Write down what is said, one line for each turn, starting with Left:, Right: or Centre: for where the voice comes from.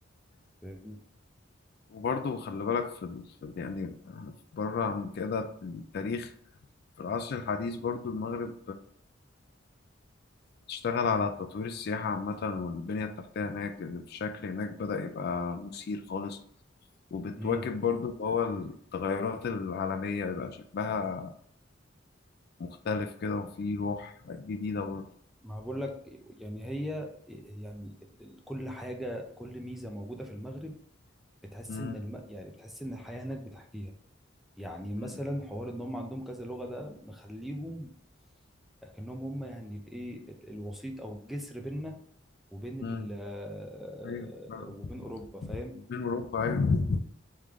Centre: فاهمني
Left: وبرضه خلي بالك في, ال... في يعني بره عن كده التاريخ في العصر الحديث برضه المغرب تشتغل على تطوير السياحة عامة والبنية التحتية هناك الشكل هناك بدأ يبقى مثير خالص وبتواكب
Centre: امم
Left: برضو اللي هو التغيرات العالمية يبقى شكلها مختلف كده وفي روح جديدة برضو
Centre: ما أنا بقول لك يعني هي يعني ال- ال- كل حاجة كل ميزة موجودة في المغرب بتحس
Left: مم.
Centre: ان الم... يعني بتحس ان الحياة هناك بتحكيها يعني مثلا
Left: مم.
Centre: حوار ان هم عندهم كذا لغة ده مخليهم كأنهم هم يعني الايه ال- الوسيط او الجسر بيننا وبين
Left: مم.
Centre: ال آه،
Left: أيوة فعلا.
Centre: وبين اوروبا فاهم
Left: بين أوروبا أيوة